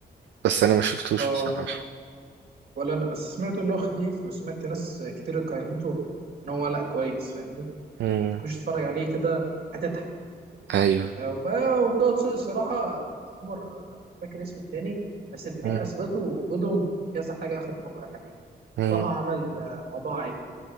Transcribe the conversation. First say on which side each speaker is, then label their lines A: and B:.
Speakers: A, on the right; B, on the right.
A: بس انا ما شفتوش
B: اه
A: بصراحة
B: ولا انا بس سمعت ان هو خفيف وسمعت ناس كتير قيمته ان هو لا كويس فاهمني يعني
A: امم
B: تخش تتفرج عليه كده هتضحك
A: ايوه
B: وبقى- وطه دسوقي الصراحه عمر آه، مش فاكر اسمه التاني بس الاتنين
A: امم
B: اثبتوا وجودهم في كذا حاجه اخر مره يعني
A: امم
B: طه عمل آه، موضوع عائلي